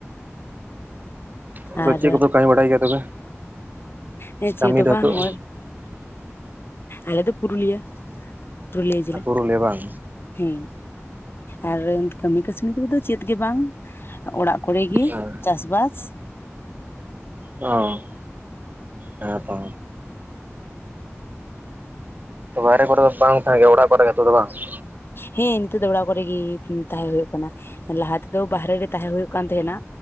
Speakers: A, on the right (about 35°); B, on the left (about 50°).
A: ᱟᱫᱚ
B: ᱟᱨ
A: ᱪᱮᱫ ᱠᱚᱯᱮ ᱠᱟᱹᱢᱤ ᱵᱟᱲᱟᱭ ᱜᱮᱭᱟ ᱛᱚᱵᱮ
B: ᱦᱮᱸ ᱪᱮᱫ
A: ᱠᱟᱹᱢᱤ
B: ᱦᱚᱸ
A: ᱫᱚ
B: ᱵᱟᱝ
A: ᱱᱤᱛᱚᱜ
B: ᱱᱚᱜᱼᱚᱭ, ᱟᱞᱮ ᱫᱚ ᱯᱩᱨᱩᱞᱤᱭᱟᱹ <unintelligible> ᱠᱩᱞᱤᱭᱮ ᱜᱮᱠᱮ
A: ᱯᱩᱨᱩᱞᱤᱭᱟᱹ ᱵᱟᱝ
B: ᱦᱮᱸ ᱟᱨ ᱠᱟᱹᱢᱤ ᱠᱟᱹᱥᱱᱤ ᱠᱚᱫᱚ ᱪᱮᱫ ᱜᱮ ᱵᱟᱝ ᱚᱲᱟᱜ ᱠᱚᱨᱮᱜᱮ‌
A: ᱦᱮᱸ
B: ᱪᱟᱥᱵᱟᱥ
A: ᱚ ᱦᱮᱸ ᱛᱚ ᱵᱟᱦᱨᱮ ᱠᱚᱨᱮ ᱫᱚ ᱵᱟᱝ ᱛᱟᱦᱮᱸ ᱜᱮ ᱚᱲᱟᱜ ᱠᱚᱨᱮ ᱜᱮᱛᱚ ᱫᱚ ᱵᱟᱝ <unintelligible>
B: ᱦᱮᱸ ᱱᱤᱛᱚᱜᱜ ᱫᱚ ᱚᱲᱟᱜ ᱠᱚᱨᱮᱜ ᱜᱮ ᱛᱟᱦᱮᱸ ᱦᱩᱭᱩᱜ ᱠᱟᱱᱟ <inaudible> ᱞᱟᱦᱟ ᱛᱮᱫᱚ ᱵᱟᱦᱦᱨᱮ ᱜᱮ ᱛᱟᱦᱮᱸᱳᱭᱳ ᱠᱟᱱ ᱛᱟᱦᱮᱸᱱᱟ